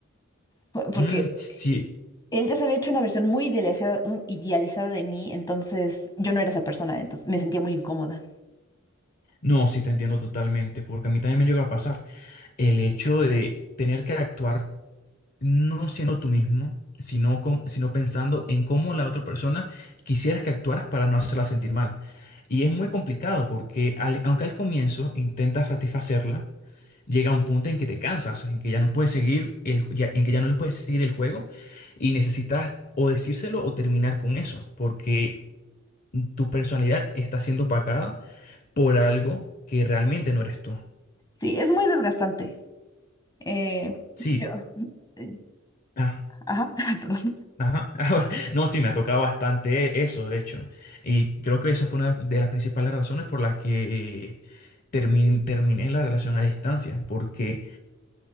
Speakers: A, on the left (about 20°); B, on the left (about 40°).
A: Po- Porque
B: Mm, sí.
A: él ya se había hecho una versión muy idealizada, un- idealizada de mí, entonces yo no era esa persona, entonces me sentía muy incómoda.
B: No, sí te entiendo totalmente, porque a mí también me llegó a pasar. el hecho de tener que actuar no siendo tú mismo, sino, com- sino pensando en cómo la otra persona quisieras que actuaras para no hacerla sentir mal. Y es muy complicado porque al- aunque al comienzo intentas satisfacerla, llega un punto en que te cansas, en que ya no puedes seguir el, ya- en que ya no le puedes seguir el juego y necesitas o decírselo o terminar con eso, porque tu personalidad está siendo opacada por algo que realmente no eres tú.
A: Sí, es muy desgastante. Eh,
B: Sí.
A: yo, eh,
B: ah
A: ajá, <laughs> perdón.
B: Ajá. <laughs> No, sí, me ha tocado bastante eso, de hecho. Y creo que esa fue una de las principales razones por las que eh, termin- terminé la relación a distancia, porque